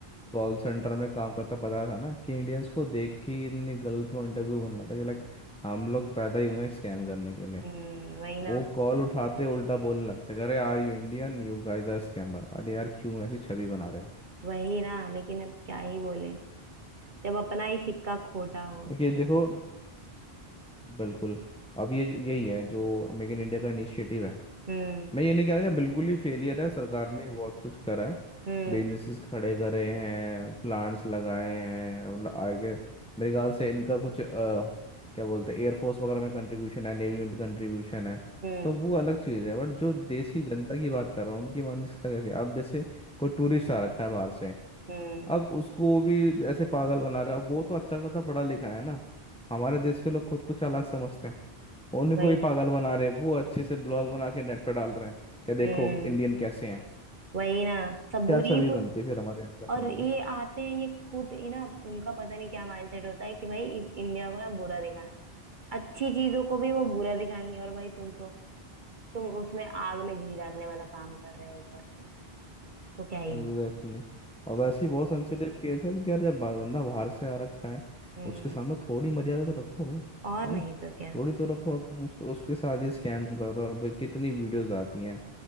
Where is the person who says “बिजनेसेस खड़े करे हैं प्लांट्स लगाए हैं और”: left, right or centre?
Centre